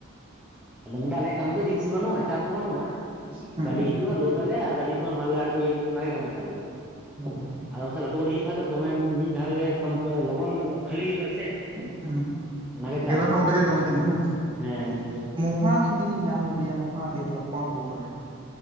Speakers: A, in the centre; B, on the right.
A: ᱟᱫᱚᱢ ᱢᱮᱱ ᱮᱫᱟ ᱟᱞᱮᱭᱟᱜ ᱠᱟᱹᱢᱤ ᱫᱚ ᱨᱤᱠᱥ ᱵᱟᱹᱱᱩᱜᱼᱟᱡ? ᱫᱚ ᱵᱟᱹᱱᱩᱜᱼᱟᱸᱭ,
B: ᱦᱩᱸ
A: ᱜᱟᱹᱰᱤ ᱦᱤᱡᱩᱜᱼᱟ ᱞᱳᱰ ᱟᱞᱮ ᱟᱨ ᱜᱟᱹᱰᱤ ᱠᱷᱚᱱ ᱢᱟᱞ ᱞᱮ ᱟᱬᱜᱳᱭᱟ ᱮᱸ ᱚᱱᱟᱜᱮ ᱠᱟᱹᱢᱤ ᱛᱟᱞᱮ᱾
B: ᱦᱩᱸ
A: ᱟᱫᱚ ᱯᱟᱥᱮ ᱞᱟᱹᱴᱩ ᱜᱟᱹᱰᱤ ᱦᱤᱡᱩᱜ ᱠᱷᱟᱡ ᱫᱚ ᱫᱚᱢᱮᱢ ᱢᱤᱫ ᱫᱷᱟᱣ ᱨᱮᱜᱮ ᱛᱚ ᱢᱟᱛᱚ ᱞᱚᱜᱚᱱ ᱱᱚᱸᱜ ᱠᱷᱟᱹᱞᱤ ᱦᱩᱭᱩᱜᱼᱟ ᱥᱮ?
B: ᱦᱩᱸ᱾
A: ᱚᱱᱟᱜᱮ ᱪᱟᱵ
B: ᱜᱮᱲᱟ
A: ᱫᱚ
B: ᱦᱚᱸ ᱚᱸᱰᱮ
A: ᱟᱫᱚ,
B: ᱜᱮ ᱠᱟᱹᱢᱤ ᱠᱟᱱᱟ ᱦᱮᱸ
A: ᱦᱮᱸ ᱢᱤᱫ
B: ᱢᱚᱦᱟ ᱢᱤᱫ ᱫᱤᱱᱤᱧ ᱧᱟᱢ ᱞᱤᱫᱮᱭᱟ ᱢᱚᱦᱟᱫᱮᱵᱽ ᱞᱚᱠᱷᱚᱱᱯᱩᱨ ᱨᱮ,